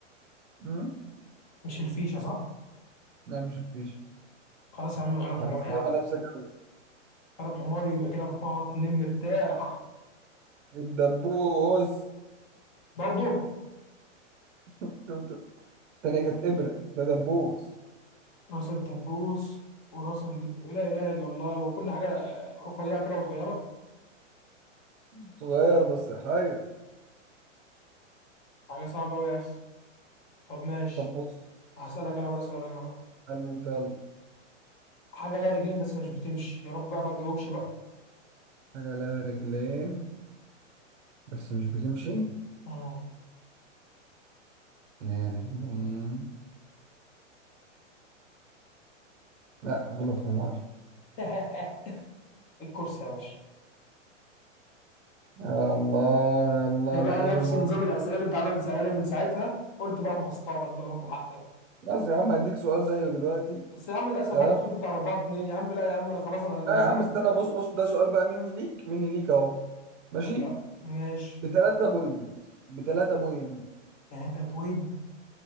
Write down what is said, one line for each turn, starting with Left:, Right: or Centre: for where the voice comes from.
Right: مم.
Left: مش الفيشة صح؟
Right: لا مش مفيش
Left: خلاص يا عم غلب حمار
Right: هتستغبى
Left: يا عم
Right: نفسك أوي.
Left: غلب حمار يبقى كده أربعة اتنين مرتاح
Right: الدبوس
Left: برضه
Right: شفت التانية كانت إبرة ده دبوس
Left: راس الدبوس وراس ال... لا إله إلا الله وكل حاجة آه، رفيعة كده وصغيرة
Right: صغير بس حي
Left: حاجة صعبة أوي يا أخي طب ماشي
Right: طب بص
Left: هسألك أنا بقى سؤال أنا بقى
Right: قال لي انت يلا
Left: حاجة لها رجلين بس مش بتمشي يا رب بقى ما تجاوبش بقى
Right: حاجة لها رجلين بس مش بتمشي
Left: مم.
Right: يا رجلين لا غلب حمار
Left: <laughs> الكرسي يا باشا
Right: يا الله يلا
Left: ده
Right: انا
Left: بقى
Right: غبي
Left: نفس
Right: موت
Left: نظام الاسئله اللي انت عمال تسالها لي من ساعتها قلت بقى اما اصطادك بقى واخد حقك
Right: بس يا عم هديك سؤال زيه دلوقتي
Left: بس يا عم للاسف
Right: تمام
Left: برضه خلصت على 4 2 يا عم لا يا عم انا خلاص انا أنا
Right: لا
Left: نزلت
Right: يا عم استنى بص بص ده سؤال بقى مني ليك مني ليك اهو ماشي
Left: طب لا ماشي
Right: بتلاتة بوينت بتلاتة بوينت
Left: 3 بوينت